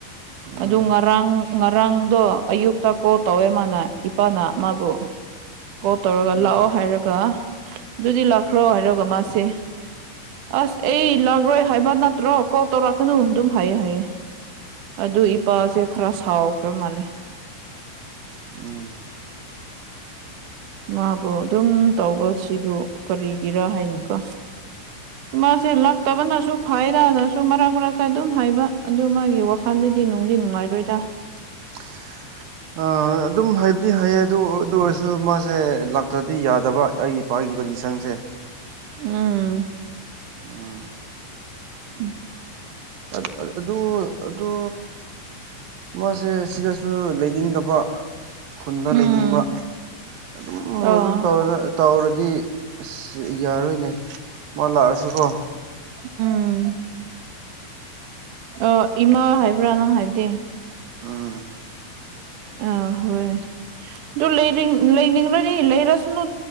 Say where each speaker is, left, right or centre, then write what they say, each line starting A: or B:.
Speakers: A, on the right; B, on the right.
A: ꯎꯝ
B: ꯑꯗꯨ ꯉꯔꯥꯡ ꯉꯔꯥꯡꯗꯣ ꯑꯌꯨꯛꯇ ꯀꯣꯜ ꯇꯧꯋꯦ ꯃꯥꯅ ꯏꯄꯥꯅ ꯃꯥꯕꯨ ꯀꯣꯜ ꯇꯧꯔꯒ
A: ꯎꯝ
B: ꯂꯥꯛꯑꯣ ꯍꯥꯏꯔꯒ ꯑꯗꯨꯗꯤ ꯂꯥꯛꯈ꯭ꯔꯣ ꯍꯥꯏꯔꯒ ꯃꯥꯁꯦ ꯑꯁ ꯑꯩ ꯂꯥꯛꯔꯣꯏ ꯍꯥꯏꯕ ꯅꯠꯇ꯭ꯔꯣ ꯀꯣꯜ ꯇꯧꯔꯛꯀꯅꯨ ꯑꯗꯨꯝ ꯍꯥꯏꯌꯦ ꯍꯥꯏꯑ ꯑꯗꯨ ꯏꯄꯥꯁꯦ ꯈꯔ ꯁꯥꯎꯈ꯭ꯔ ꯃꯥꯜꯂꯦ
A: ꯎꯝ
B: ꯃꯥꯕꯨ ꯑꯗꯨꯝ ꯇꯧꯕ ꯁꯤꯕꯨ ꯀꯔꯤꯒꯤꯔꯥ ꯍꯥꯏꯅꯤꯨꯀꯣ ꯃꯥꯁꯦ ꯂꯛꯇꯕꯅꯁꯨ ꯐꯥꯏꯔꯅꯁꯨ ꯃꯔꯛ ꯃꯔꯛꯇ ꯑꯗꯨꯝ ꯍꯥꯏꯕ ꯑꯗꯨ ꯃꯥꯒꯤ ꯋꯥꯈꯜꯗ ꯗꯤ ꯅꯨꯡꯗꯤ ꯅꯨꯡꯉꯥꯏꯔꯣꯏꯗ
A: <unintelligible> ꯑ ꯑꯗꯨꯝ ꯍꯥꯏꯕꯗꯤ ꯍꯌꯦ ꯑꯗꯨ ꯑꯗꯨ ꯑꯣꯏꯔꯁꯨ ꯃꯥꯁꯦ ꯂꯥꯛꯇ꯭ꯔꯗꯤ ꯌꯥꯗꯕ ꯑꯩꯒꯤ ꯏꯄꯥꯒꯤ ꯑꯩ ꯒꯤ ꯀꯟꯗꯤꯁꯟꯁꯦ
B: ꯑꯝ
A: ꯎꯝ
B: ꯎꯝ
A: ꯑ ꯑꯗꯨ ꯑꯗꯨ ꯑꯗꯨ ꯃꯥꯁꯦ ꯁꯤꯗꯁꯨ ꯂꯩꯅꯤꯡꯗꯕ ꯈꯨꯟꯗ
B: ꯎꯝ
A: ꯂꯩꯅꯤꯡꯕ ꯑꯗꯨꯝ
B: ꯑꯣ
A: ꯑꯗꯨꯝ ꯇꯔ ꯇꯧꯔꯗꯤ ꯑꯁ ꯌꯥꯔꯣꯏꯅꯦ ꯃꯥ ꯂꯥꯛꯑꯁꯨꯀꯣ
B: ꯎꯝ ꯑ ꯏꯃꯥ ꯍꯥꯏꯕ꯭ꯔꯥ ꯅꯪ ꯍꯥꯏꯕꯗꯤ
A: ꯎꯝ
B: ꯑ ꯍꯣꯏ ꯑꯗꯨ ꯂꯩ ꯂꯩꯅꯤꯡ꯭ꯔꯣ ꯂꯩꯔ ꯁꯅꯨ